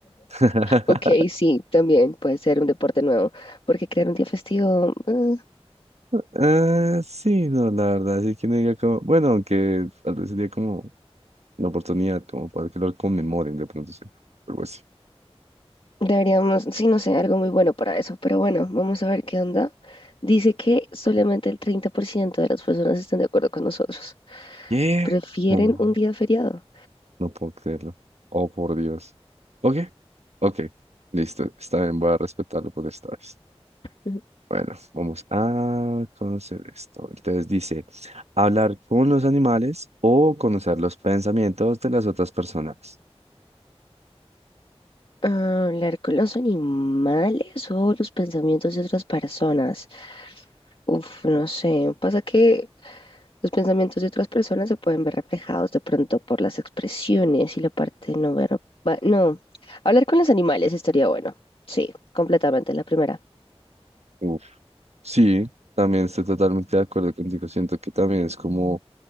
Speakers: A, on the right; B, on the left.
A: <laughs>
B: Ok, sí, también puede ser un deporte nuevo, porque crear un día festivo, eh,
A: Ah, sí, no, la verdad, sí que no diga como, bueno, aunque tal vez sería como una oportunidad como para que lo conmemoren de pronto, sí, algo así.
B: Deberíamos, sí, no sé, algo muy bueno para eso, pero bueno, vamos a ver qué onda. Dice que solamente el 30% de las personas están de acuerdo con nosotros.
A: ¿Qué?
B: Prefieren
A: Oh,
B: un día feriado.
A: no puedo creerlo. Oh, por Dios. Ok, ok, listo, está bien, voy a respetarlo por esta vez.
B: Ujú.
A: Bueno, vamos a conocer esto. Entonces dice, hablar con los animales o conocer los pensamientos de las otras personas.
B: Ah, Hablar con los animales o los pensamientos de otras personas. Uf, no sé. Pasa que los pensamientos de otras personas se pueden ver reflejados de pronto por las expresiones y la parte no verbal. No, hablar con los animales estaría bueno. Sí, completamente, la primera.
A: Ujú. Sí, también estoy totalmente de acuerdo contigo. Siento que también es como,